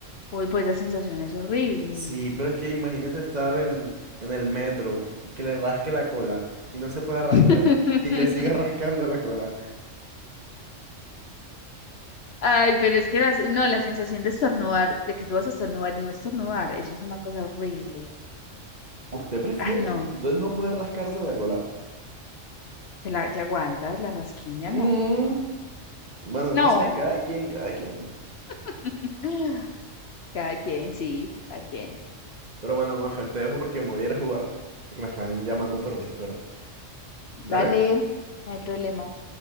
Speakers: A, on the left (about 60°); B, on the right (about 35°).
A: Uy, pues la sensación es horrible.
B: Sí, pero es que imagínese estar en, en el metro y que le rasque la cola y no se pueda rascar
A: <laughs>
B: y le siga <laughs> rascando la cola.
A: Ay, pero es que las- no, la sensación de estornudar, de que tú vas a estornudar y no estornudar, eso es una cosa horrible.
B: ¿Usted prefiere?
A: Ay, no,
B: Entonces no puede rascarse la cola.
A: te la, te aguantas, la rasquiña,
B: Mm,
A: no.
B: bueno,
A: No.
B: no sé, cada quien, cada quien.
A: <laughs> Cada quien, sí, cada quien.
B: Pero bueno, Mafe, te dejo porque me voy a ir a jugar, que me están llamando por Discord.
A: Dale,
B: Dale.
A: no hay problema.